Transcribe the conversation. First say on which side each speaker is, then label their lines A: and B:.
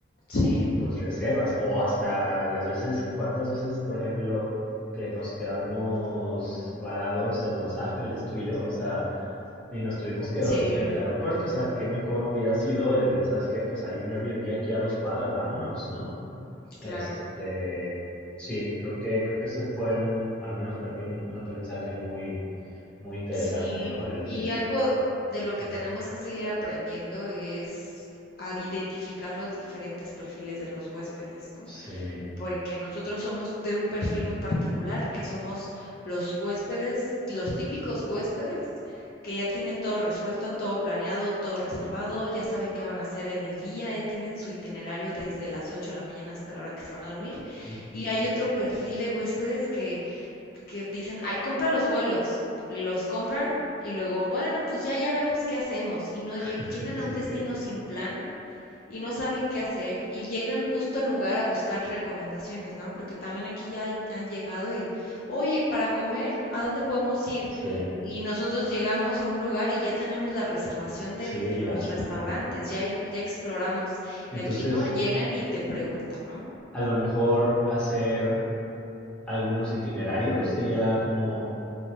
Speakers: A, on the left; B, in the centre.
A: sí,
B: pues reservas o hasta las veces, cuántas veces, por ejemplo, que nos quedamos varados en Los Ángeles, tú y yo, o sea, y nos tuvimos que dormir
A: sí,
B: en el aeropuerto, o sea, qué mejor hubiera sido el, ¿sabes qué? Pues hay un Airbnb aquí a dos cuadras, vámonos, ¿no?
A: claro,
B: Este, sí, creo que, creo que ese fue un, al menos para mí, un, un aprendizaje muy, muy interesante,
A: sí.
B: ¿no? El,
A: Y
B: el,
A: algo de lo que
B: ujú,
A: tenemos que seguir aprendiendo es a identificar los diferentes perfiles de los huéspedes, ¿no?
B: sí,
A: porque nosotros somos de un perfil muy particular, que somos los huéspedes, los típicos huéspedes que ya tienen todo resuelto, todo planeado, todo reservado, ya saben qué van a hacer en el día, ya tienen su itinerario desde las 8 de la mañana hasta la hora que se van a dormir.
B: ujú,
A: Y hay otro perfil de huéspedes que, que dicen, ay, compra los vuelos, y los compran y luego, bueno, pues ya, ya vemos qué hacemos. Y no
B: <laughs>
A: lleg- llegan
B: sí,
A: a un
B: cierto,
A: destino sin plan y no saben qué hacer y llegan justo al lugar a buscar recomendaciones, ¿no? Porque también aquí ya han llegado y, oye, para comer, ¿a dónde podemos ir?
B: sí,
A: Y nosotros llegamos a un lugar y ya tenemos la reservación de
B: sí,
A: los
B: ya,
A: restaurantes,
B: ajá.
A: ya, ya exploramos.
B: Entonces,
A: Y aquí no, llegan y te preguntan, ¿no?
B: A lo mejor hacer algunos itinerarios sería como,